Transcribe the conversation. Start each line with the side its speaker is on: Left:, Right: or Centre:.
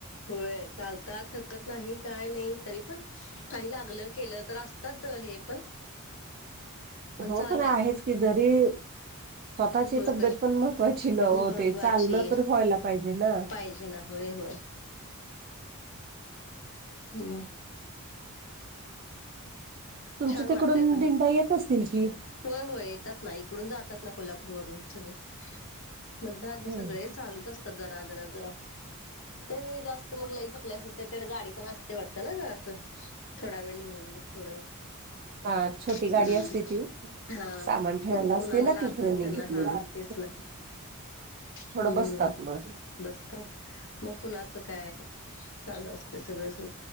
Left: होय चालतात थकत नाही काय नाही तरी पण काही लागलं केलं तर असतात हे पण
Right: हो
Left: चालू
Right: पण आहेच
Left: आहे
Right: की जरी स्वतःची
Left: होय
Right: तब्येत पण महत्त्वाची न होते
Left: महत्वाची
Right: चालणं तर व्हायला पाहिजे ना
Left: पाहिजे ना होय होय होम
Right: तुमच्या
Left: छान वाटतय
Right: तिकडून
Left: पण
Right: दिंडा येत असतील कि
Left: होय होय येतात ना इकडून जातात ना कोल्हापूर वून सगळे मण अ्न
Right: होय.
Left: सगळे चालूच असतात जरा जरा जरा ते जास्त मग लई पकलं असेल तर ते गाडी पण असते वाटते ना ज असं थोडा वेळ निेऊन मग थोडं
Right: ह छोटी
Left: हम्म
Right: गाडी असती ती
Left: हा
Right: सामान ठेवायला
Left: मग
Right: असते
Left: कुणाला
Right: ना
Left: लागल
Right: तिकनी
Left: त्यांना
Right: घेतलेली
Left: हा तेच
Right: थोडं
Left: ना हम्म
Right: बसतात मग
Left: बसतात मग कुणाच काय चालू असते सगळं स